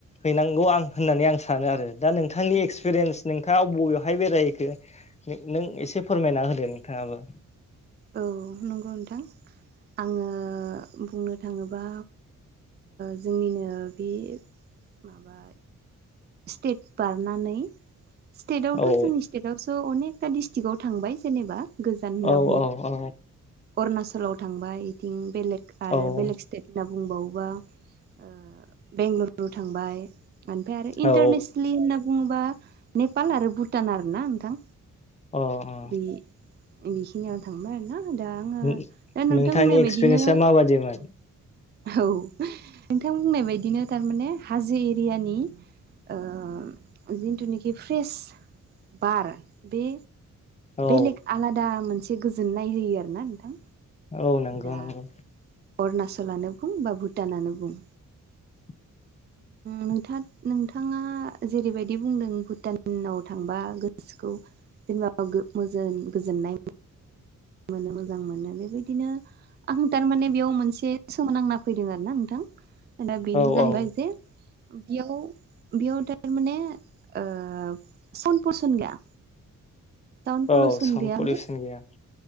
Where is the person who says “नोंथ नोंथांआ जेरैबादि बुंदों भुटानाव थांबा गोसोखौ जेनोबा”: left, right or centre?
Right